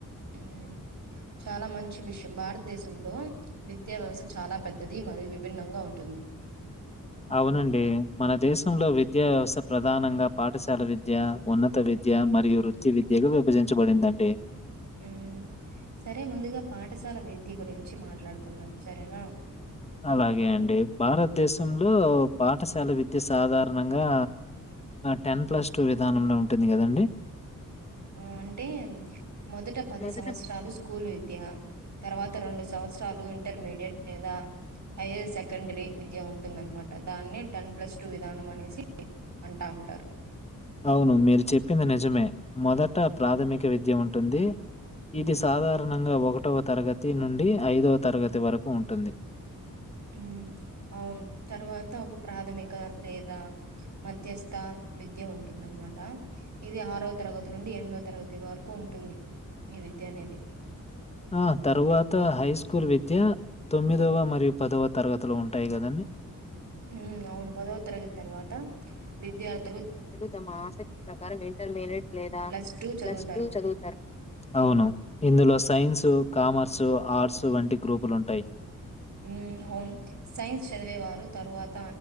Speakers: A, on the right (about 65°); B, on the left (about 20°).
A: ఉ చాలా మంచి విషయం భారతదేశంలో విద్యా వ్యవస్థ చాలా పెద్దది మరియు విభిన్నంగా ఉంటుంది.
B: అవునండి మన దేశంలో విద్యా వ్యవస్థ ప్రధానంగా పాఠశాల విద్య ఉన్నత విద్య మరియు వృత్తి విద్యకు విభజించబడిందండి.
A: ఉ సరే ముందుగా పాఠశాల విద్య గురించి మాట్లాడుకుందాం సరేనా
B: అలాగే అండి భారతదేశం ప్రంలో పాఠశాల విద్య సాధారణంగా టెన్ ప్లస్ టూ విధానంలో ఉంటుంది కదండి.
A: ఆ అంటే మొదట పది
B: మొదట
A: సంవత్సరాలు స్కూల్ విద్య తర్వాత రెండు సంవత్సరాలు ఇంటర్మీడియట్ మీద హైయర్ సెకండరీ విద్యా ఉంట ఉంటుంద అనమాట దాన్ని టెన్ ప్లస్ టూ విధానం అనేసి అంటా ఉంటారు
B: అవును మీరు చెప్పింది నిజమే మొదట ప్రాథమిక విద్య ఉంటుంది ఇది సాధారణ ప్రాదణంగా ఒకటవ తరగతి నుండి ఐదవ తరగతి వరకు ఉంటుంది.
A: ఉ అవును తర్వాత ఒక ప్రాథమిక లేదా మధ్యస్ త విద్య ఉంటుంద అన్నమాట ట ఇది ఆరోవ తరగతి నుండి ఎనిమిదవ తరగతి వరకు ఉంటుంది ఈ విద్య అనేది
B: ఆ తరువాత హై స్కూల్ విద్య తొమ్మిదవ మరియు పదవ తరగతిలో ఉంటాయి కదండి.
A: ఉ అవును పదవ తరగతి తర్వాత విద్యార్థి
B: అ తమ ఆసక్తి ప్రకారం ఇంటర్మడియట్ లేదా
A: ప్లస్ చదువుతారు.
B: ప్ల చదువుతారు అవును ఇందులో సైన్స్ కామర్స్ సు ఆర్సు వంటి గ్రూపులుంటాయి.
A: ఉ అవును సైన్స్ చదివేవారు తరువాత